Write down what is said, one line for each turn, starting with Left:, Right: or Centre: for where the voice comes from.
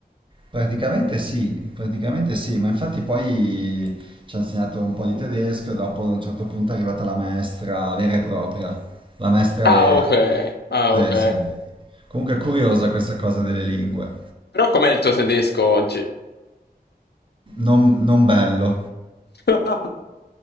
Right: Praticamente sì, praticamente sì, ma infatti poi ci ha insegnato un po' di tedesco e dopo ad un certo punto è arrivata la maestra vera e propria, la maestra
Left: Ah,
Right: vera.
Left: ok, ah,
Right: Sì,
Left: ok.
Right: sì. Comunque è curiosa questa cosa delle lingue.
Left: Però com'è il tuo tedesco oggi?
Right: Non, non bello,
Left: <laughs>